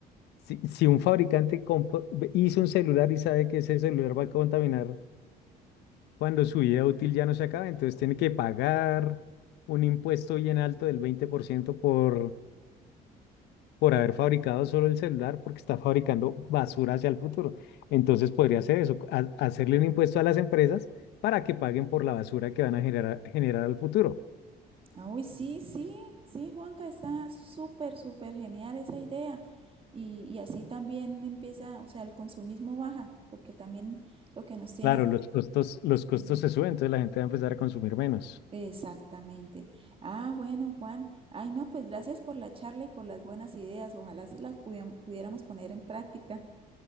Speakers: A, on the left (about 80°); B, on the right (about 35°).
A: Si, si un fabricante compo- hizo un celular y sabe que ese celular va a contaminar cuando su vida útil ya no se acabe, entonces tiene que pagar un impuesto bien alto del 20% por, ciento por por haber fabricado solo el celular, porque está fabricando basura hacia el futuro. Entonces podría hacer eso, ha- hacerle un impuesto a las empresas para que paguen por la basura que van a generar, generar al futuro.
B: Ah, Uy, sí, sí, sí, Juanca, está súper, súper genial esa idea. Y, y así también empieza, o sea, el consumismo baja, porque también lo que nos tiene
A: Claro,
B: así.
A: los costos, los
B: Sí,
A: costos se suben, entonces la gente va a empezar a consumir menos.
B: exactamente. Ah, bueno, Juan. Ay, no, pues gracias por la charla y por las buenas ideas. Ojalá se las pudiam- pudiéramos poner en práctica.